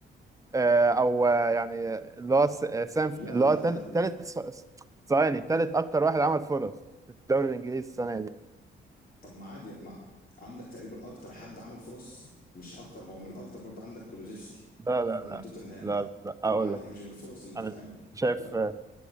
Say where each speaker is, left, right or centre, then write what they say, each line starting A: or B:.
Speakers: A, on the right; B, on the left.
A: آه، او آه، يعني اللي هو س- آه، سام
B: لا
A: اللي
B: لا
A: هو تل-
B: لا لا
A: تالت س- ثواني تالت اكتر واحد عمل فرص في الدوري الانجليزي السنه دي
B: طب ما عادي ما عندك تقريبا اكتر حد عمل فرص مش اكتر هو من الاكتر برضه عندك كولوزيفسكي
A: لا لا
B: من
A: لا
B: توتنهام
A: لا لا اقول
B: ما عادي
A: لك
B: هي مش بالفرص اللي بتتعمل
A: انا شايف
B: لا
A: آه،